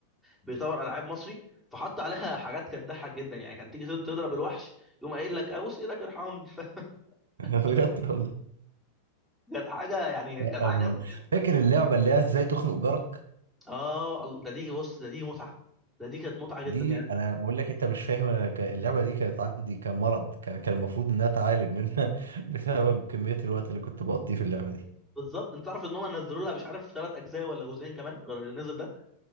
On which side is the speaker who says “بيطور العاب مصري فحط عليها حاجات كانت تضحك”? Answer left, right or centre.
Centre